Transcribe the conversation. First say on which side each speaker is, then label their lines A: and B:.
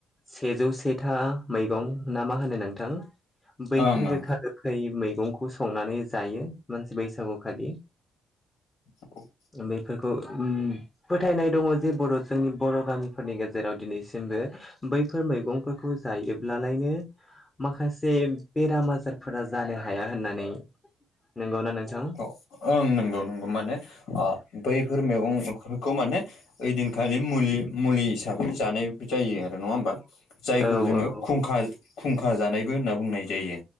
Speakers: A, on the left (about 20°); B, on the left (about 75°).
A: सेजौ सेथा मैगं ना मा होनो नोंथां बैफोर
B: ओं
A: गोखा
B: ओं
A: गोखै मैगंखौ संनानै जायो मानसि बैसागुखालि
B: लांदां
A: बेफोरखौ उम फोथायनाय दङ जे बर' जोंनि बर' गामिफोरनि गेजेराव दिनैसिमबो बैफोर मैगंफोरखौ जायोब्लालायनो माखासे बेराम आजारफोरा जानो हाया होननानै नंगौना नोंथां।
B: अ ओं नंगौ नंगौ माने ओ बैफोर मैगंफोरखौ माने ओइदिनखालि मुलि मुलि हिसाबै जानाय जायो आरो नङा होमबा जायखौ
A: औ
B: जोङो
A: औ
B: खुंखा खुंखा जानायबो होनना बुंनाय जायो